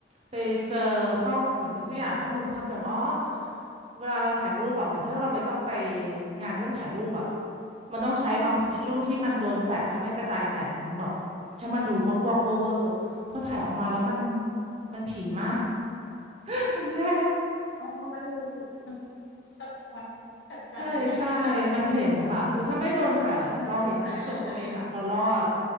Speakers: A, on the right; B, on the left.
A: ไปเจอข้อเหมือนกับสักอย่างข้อมูลเพิ่มเติมอ๋อเวลาเราถ่ายรูปแบบเหมือนถ้าเราไปต้องไปงานที่ต้องถ่ายรูปอ่ะมันต้องใช้รองพื้นรุ่นที่มันโดนแฟลชแล้วไม่กระจายแสงแบบให้มันดูวอกวอกเวอร์เวอร์พอถ่ายออกมาแล้วมัน
B: อืม
A: มันผีมาก <laughs> มันแย่
B: อ๋อมันมันสะท้อนจัดๆเลยใช่ไหมคะ
A: ใช่ใช่ มันเห็นนะคะคือถ้าไม่โดนแฟลชอะเราเห็นในกระจกตัวเองอะเรารอด
B: น่ากลัวเลย